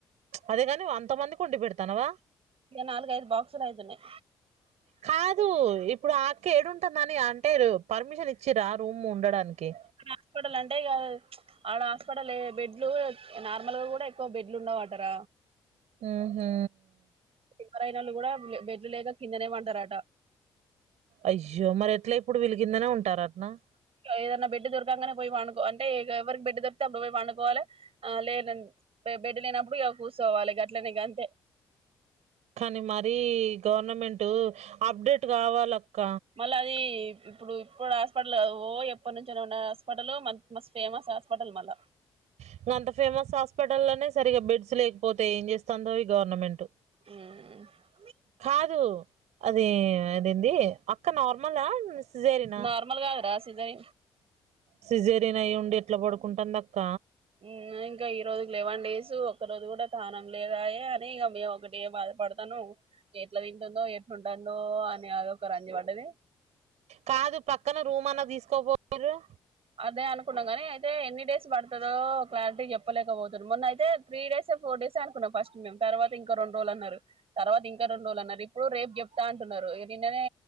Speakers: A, on the right (about 75°); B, on the right (about 55°).
A: అదేగాని అంత మందికి వండి పెడుతున్నావ
B: ఇక నాలుగైదు బాక్సులు అవుతున్నాయి
A: కాదు ఇప్పుడు ఆ అక్క ఏడుంటుందని అంటేరు పర్మిషన్ ఇచ్చిరా రూమ్ ఉండడానికి
B: హాస్పిటల్ అంటే కాదు వాళ్ళ హాస్పిటల్ బెడ్లు నార్మల్ గా కూడా ఎక్కువ బెడ్లు ఉండవు అటార
A: ఉహూ
B: సిజరైనోళ్లు కూడా బెడ్లు లేక కిందనే పంటరట
A: అయ్యో మరి ఎట్లా ఇప్పుడు మరి వీలు కిందనే ఉంటారాటానా
B: ఏదైన బడ్ దొరకంగానే పోయి పండుకో అంటే ఎవరికి బెడ్ దొరితే అప్పుడు పోయి పండుకోవాలే ఆ లేదండి బెడ్ లేనప్పుడు ఇకా కూర్చోవాలి గట్లనే గంతే
A: కానీ మరీ గవర్నమెంట్ అప్డేట్ కావాల అక్క
B: మళ్ళీ అది ఇప్పుడు ఇప్పుడు హాస్పిటల్ ఓ ఎప్పటి నుంచనో ఉన్న హాస్పిటల్ మస్ మస్త్ ఫేమస్ హాస్పిటల్ మల్ల
A: ఇంకా అంత ఫేమస్ హాస్పిటల్ లోనే సరిగా బెడ్స్ లేకపోతే ఏం చేస్తుందో ఈ గవర్నమెంట్
B: ఉమ్
A: కాదు అది అదేంది అక్క నార్మల్ ఆ సిజేరి
B: నార్మల్గా అది రాస్ సిజై
A: సిజేరియన్ అయ్యుండి ఎట్లా పడుకుంటంది అక్క
B: ఉమ్ ఆ ఇంకా ఈ రోజుకి లెవన్ డేసు ఒక్క రోజు కూడా తానం లేదాయె అని ఇగ మేం ఒకటే బాధపడు తను ఎట్లా తింటుందో ఎట్లుంటాందో అని అది ఒక రంజి పడ్డది
A: కాదు పక్కన రూం అన్నా తీసుకోపోయిర్రా
B: అదే అనుకున్నా గానీ అయితే ఎన్ని డేస్ పడుతదో క్లారిటీ చెప్పలేకపోతుర్రు మొన్న అయితే త్రీ డేసే ఫోర్ డేసే అనుకున్నాం ఫస్ట్ మేం తర్వాత ఇంకా రెండు రోజులు అన్నారు తర్వాత ఇంకా రెండు రోజులన్నారు ఇ ప్పుడు రేపు చెప్తా అంటున్నారు నిన్ననే